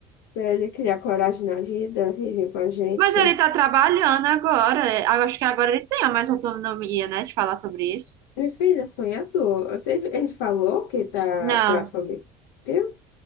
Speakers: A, on the left; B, on the right.
A: Pra ele criar coragem na vida, vive com a gente.
B: Mas ele tá trabalhando agora. é, Acho que agora ele tem a mais autonomia, né, de falar sobre isso.
A: Meu filho é sonhador. Eu sei- Ele falou que tá
B: Não.
A: pra família, viu?